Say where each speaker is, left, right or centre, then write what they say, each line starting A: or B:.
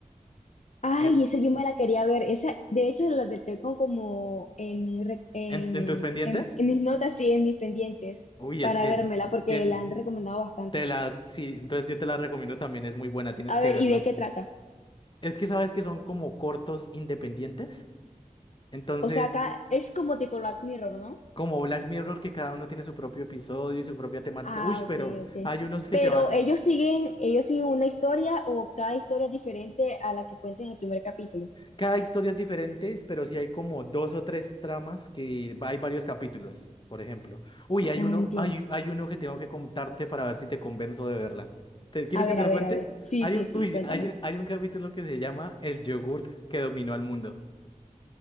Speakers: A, on the left (about 60°); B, on the left (about 35°).
A: Ay,
B: ¿En,
A: esa yo me la quería ver. Esa, de hecho, la del tengo como como en, re- en,
B: en, en tus pendientes?
A: en en mis notas, sí, en mis pendientes
B: Uy,
A: para
B: es que
A: vérmela
B: es.
A: porque
B: Tiene,
A: la han recomendado bastante.
B: te la, sí, entonces yo te la recomiendo también, es muy buena, tienes
A: A
B: que
A: ver,
B: verlas.
A: ¿y de qué trata?
B: Es que sabes que son como cortos independientes. Entonces,
A: O sea, acá es como tipo Black Mirror, ¿no?
B: como Black Mirror, que cada uno tiene su propio episodio y su propia temática.
A: Ah,
B: Uy,
A: ok,
B: pero
A: ok.
B: hay unos que
A: Pero
B: te van.
A: ellos siguen, ellos siguen una historia o cada historia es diferente a la que cuenta en el primer capítulo.
B: Cada historia es diferente, pero sí hay como dos o tres tramas que va- hay varios capítulos, por ejemplo. Uy, hay
A: Ah,
B: uno,
A: entiendo.
B: hay, hay uno que tengo que contarte para ver si te convenzo de verla. ¿Te, quieres
A: A ver,
B: que te
A: a
B: lo
A: ver,
B: cuente?
A: a ver. Sí,
B: Hay
A: sí,
B: un,
A: sí,
B: uy,
A: cuéntame.
B: hay, un- hay un capítulo que se llama El yogurt que dominó al mundo.